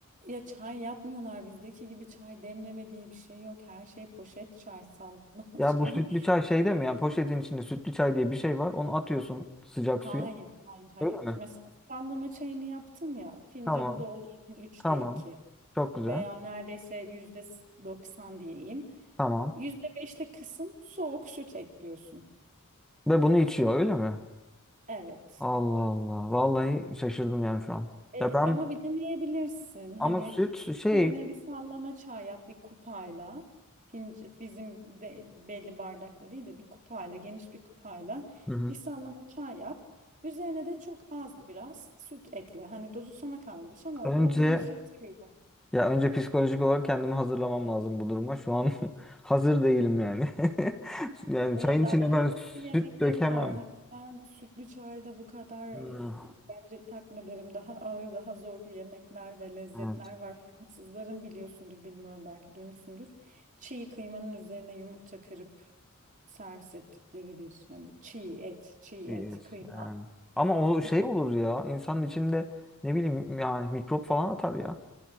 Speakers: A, on the right; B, in the centre.
A: ya çay yapmıyorlar bizdeki gibi çay demleme diye bir şey yok. Her şey poşet çay, sallama
B: Ya
A: çay.
B: bu sütlü
A: <laughs>
B: çay şeyde mi? Yani poşetin içinde sütlü çay diye bir şey var. Onu atıyorsun sıcak
A: Hayır,
B: suya.
A: hayır, hayır.
B: Öyle mi?
A: Mesela sallama çayını yaptın ya, fincanı
B: Tamam.
A: doldurdun üçte
B: Tamam.
A: iki
B: Çok güzel.
A: veya neredeyse yüzde doksan diyeyim.
B: Tamam.
A: Yüzde beşlik kısım soğuk süt ekliyorsun.
B: Ve bunu içiyor öyle mi?
A: Evet.
B: Allah Allah. Vallahi şaşırdım yani şu an.
A: E,
B: Ya ben
A: ama bir deneyebilirsin. Hani
B: ama süt şey
A: Kendine bir sallama çay yap bir kupayla. Pinc- bizim de belli bardakla değil de bir kupayla, geniş bir kupayla
B: Hı hı.
A: bir sallama çay yap. Üzerine de çok az biraz süt ekle. Hani dozu sana kalmış ama
B: önce
A: o yumuşatıyor.
B: ya önce psikolojik olarak kendimi hazırlamam lazım bu duruma. Şu an <laughs> hazır değilim yani. <laughs> Yani
A: Evet,
B: çayın
A: daha,
B: içine
A: daha
B: ben
A: kötü yemekleri
B: süt dökemem.
A: var. Hani ben sütlü çayla bu kadar
B: Hmm.
A: e, bence takma derim. Daha ağır, daha zor yemekler ve lezzetler
B: Evet,
A: var. Fransızların biliyorsundur, bilmiyorum belki duymuşsundur. Çiğ kıymanın üzerine yumurta kırıp servis ettikleri bir hani çiğ et, çiğ
B: bir-
A: et, kıyma.
B: yani. Ama o şey
A: Üz-
B: olur ya. insanın içinde ne bileyim yani mikrop falan atar ya.